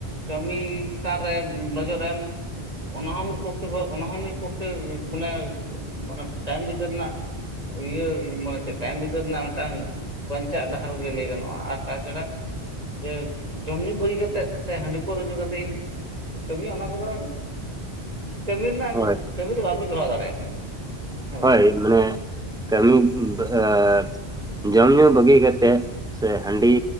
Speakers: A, on the right; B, in the centre.
A: ᱠᱟᱹᱢᱤ ᱪᱮᱛᱟᱱ ᱨᱮ ᱱᱚᱡᱚᱨ ᱨᱮᱢ᱾ ᱚᱱᱟ ᱦᱚᱸ ᱢᱤᱫ ᱯᱚᱠᱠᱷᱮ ᱫᱚ ᱚᱱᱟ ᱦᱚᱸ ᱢᱤᱫ ᱯᱚᱠᱠᱷᱮ ᱢᱟᱱᱮ ᱢᱟᱱᱮ ᱴᱟᱭᱤᱢ ᱵᱤᱫᱟᱹ ᱨᱮᱱᱟᱜ ᱤᱭᱟᱹ ᱢᱟᱱᱮ ᱪᱮᱫ ᱛᱟᱭᱚᱢ ᱵᱤᱫᱟᱹᱞ ᱨᱮᱱᱟᱜ ᱢᱤᱫᱴᱟᱝ ᱵᱟᱧᱪᱟᱜ ᱰᱟᱦᱟᱨ ᱜᱮ ᱞᱟᱹᱭ ᱜᱟᱱᱚᱜ-ᱟ, ᱟᱨ ᱛᱟᱪᱷᱟᱲᱟ ᱡᱮ ᱡᱚᱢ ᱧᱩ ᱵᱟᱹᱜᱤ ᱠᱟᱛᱮᱫ, ᱥᱮ ᱦᱟᱺᱰᱤ ᱯᱟᱹᱣᱨᱟᱹ ᱧᱩ ᱠᱟᱛᱮ ᱤᱧ ᱠᱟᱹᱢᱤᱭᱟ ᱚᱱᱟ ᱠᱚᱫᱚ ᱠᱟᱹᱢᱤ ᱨᱮᱱᱟᱜ
B: ᱦᱳᱭ
A: ᱠᱟᱹᱢᱤ ᱨᱮ ᱵᱟᱵᱤᱱ ᱡᱚᱲᱟᱣ ᱫᱟᱲᱮᱭᱟᱜ ᱵᱤᱱ ᱦᱮᱸ ᱵᱟᱝ᱾
B: ᱦᱳᱭ ᱢᱟᱱᱮ ᱠᱟᱹᱢᱤ ᱫᱚ ᱟᱨ ᱡᱚᱢ ᱧᱩ ᱵᱟᱹᱜᱤ ᱠᱟᱛᱮᱜ ᱥᱮ ᱦᱟᱺᱰᱤ